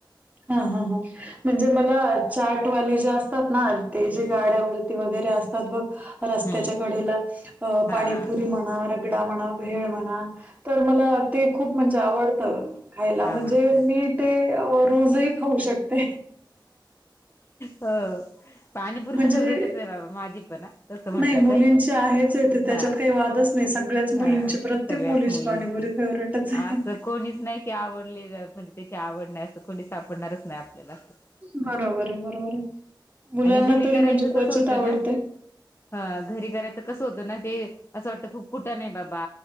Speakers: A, on the right; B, on the left.
A: हा हा हां म्हणजे मला चाटवाले जे असतात ना. ते
B: हम्म
A: जे गाड्यावरती वगैरे असतात बघ रस्त्याच्या
B: हम्म
A: कडेला. अ
B: हां
A: पाणीपुरी म्हणा र गडा म्हणा भेळ म्हणा तर मला ते खूप म्हणजे आवडत. खायला म्हणजे
B: आवडतं
A: मी ते रोजही खाऊ शकते.
B: हो. पाणीपुरी
A: म्हणजे
B: तर फेव्हरेटच आहे बाबा माझी पण तसं म्हंटलं
A: नाही मुलींची
B: तर
A: आहेच आहे ते त्याच्यात
B: हा.
A: काही वादच नाही
B: हा
A: सगळ्याच मुलींची प्रत्येक
B: सगळ्याच
A: मुलीची
B: मुलींची
A: पाणी बरी फेवर्हेटच आहे.
B: असं कोणीच नाही की आवडली म्हणजे त्याची आवड नाही असं कोणी सापडणारच नाही आपल्याला अस.
A: बरोबर आहे बरोबर आहे मुलांना
B: आणि घरी
A: तरी
B: करायचं
A: म्हणजे क्वचित
B: कसं होतं
A: आवडते.
B: ना ह घरी करायच कसं होतं ना ते असं वाटतं खूप कुठ नाही आहे बाबा.